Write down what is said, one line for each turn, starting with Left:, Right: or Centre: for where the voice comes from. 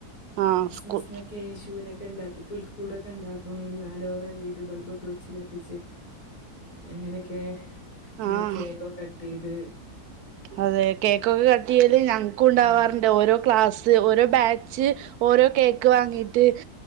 Right: ആ
Left: ക്രിസ്മസിനൊക്കെ
Right: സ്കൂ
Left: യേശുവിനൊക്കെ ഉണ്ടാക്കി പുൽക്കൂടൊക്കെ ഉണ്ടാക്കും <unintelligible> <unintelligible> എൽ ഈ ഡീ ബൾബ് വെച്ച് കത്തിച്ച് അങ്ങനെയൊക്കെ പിന്നെ
Right: ആ
Left: കേക്കൊക്കെ കട്ട് ചെയ്ത് ത്
Right: അതെ കേക്കൊക്കെ കട്ട് ചെയ് ത് ഞങ്ക്ക്കു ഉണ്ടാവാറ്ണ്ട്
Left: ഉം
Right: ഓരോ ക്ലാ സ് ഓരോ ബാച്ച് ഓരോ കേക്ക് വാങ്ങിയിട്ട്